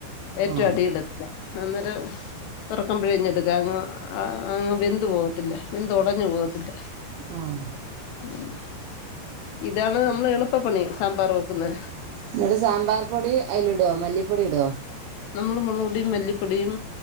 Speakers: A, on the left (about 75°); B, on the right (about 80°).
A: ഏറ്റോം
B: ആ
A: അടീലി - ല്ലാ അന്നെരം തൊറക്കുമ്പഴേഞ്ഞെടുക്കാങ്ങ് അങ്ങ് വെന്ത്വോവത്തില്ല വെന്ത്‌ ഒടഞ്ഞ് പോവത്തില്ല.
B: ആഹ്
A: ഉം ഇതാണ് നമ്മള് എളുപ്പപ്പണി സാമ്പാറ് വെക്കുന്നേ
B: എന്നിട്ട് സാമ്പാർപൊടി അയ്ലിടോ മല്ലിപ്പൊടി ഇടോഹ്?
A: നമ്മള് മൊളോടീം മല്ലിപ്പൊടീം